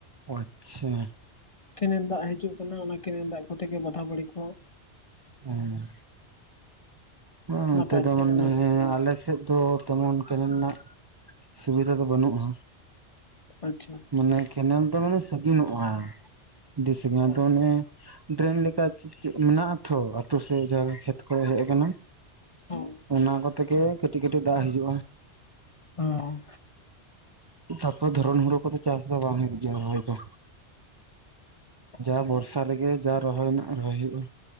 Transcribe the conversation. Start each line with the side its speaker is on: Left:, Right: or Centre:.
Right: ᱟᱪᱪᱷᱟ
Left: ᱠᱮᱱᱮᱞ ᱫᱟᱜ ᱦᱤᱡᱩᱜ ᱠᱟᱱᱟ ᱚᱱᱟ ᱠᱮᱱᱮᱞ ᱫᱟᱜ ᱠᱚᱛᱮ ᱜᱮ ᱵᱟᱫᱷᱟ ᱵᱟᱹᱲᱤ ᱠᱚ
Right: ᱦᱩᱸ ᱚᱸ ᱚᱱᱛᱮ
Left: ᱱᱟᱯᱟᱭ
Right: ᱫᱚ
Left: ᱛᱮ
Right: ᱢᱟᱱᱮ
Left: ᱚᱱᱟ ᱠᱚ
Right: ᱟᱞᱮ ᱥᱮᱫ ᱫᱚ ᱛᱮᱢᱚᱱ ᱠᱮᱱᱮᱞ ᱱᱟᱜ ᱥᱩᱵᱤᱫᱷᱟ ᱫᱚ ᱵᱟᱹᱱᱩᱜᱼᱟ
Left: ᱟᱪᱪᱷᱟ
Right: ᱢᱟᱱᱮ ᱠᱮᱱᱮᱞ ᱫᱚ ᱢᱟᱱᱮ ᱥᱟᱺᱟᱹᱜᱤᱱᱚᱜᱼᱟ ᱟᱹᱰᱤ ᱥᱟᱺᱜᱤᱱ
Left: ᱦᱳᱭ
Right: ᱟᱫᱚ ᱚᱱᱮ ᱰᱨᱮᱱ ᱞᱮᱠᱟ ᱪᱮᱫ ᱢᱮᱱᱟᱜᱼᱟ ᱛᱚ ᱟᱛᱳ ᱥᱮᱫ ᱡᱟᱦᱟᱸ ᱠᱷᱮᱛ ᱠᱚᱨᱮ ᱦᱮᱡ ᱟᱠᱟᱱᱟ᱾
Left: ᱦᱳᱭ
Right: ᱚᱱᱟ ᱠᱚᱛᱮ ᱜᱮ ᱠᱟᱹᱴᱤᱡ ᱠᱟᱹᱴᱤᱡ ᱫᱟᱜ ᱦᱤᱡᱩᱜᱼᱟ᱾
Left: ᱦᱚᱸ
Right: ᱛᱟᱨᱯᱚᱨ ᱫᱷᱚᱨᱚᱱ ᱦᱩᱲᱩ ᱠᱚᱫᱚ ᱪᱟᱥ ᱫᱚ ᱵᱟᱝ ᱦᱩᱭᱩᱜ ᱜᱮᱭᱟ ᱦᱚᱭ ᱫᱚ᱾
Left: ᱦᱮᱸ᱾
Right: ᱡᱟ ᱵᱚᱨᱥᱟ ᱨᱮᱜᱮ ᱡᱟ ᱨᱚᱦᱚᱭ ᱨᱮᱱᱟᱜ ᱨᱚᱦᱚᱭ ᱦᱩᱭᱩᱜᱼᱟ᱾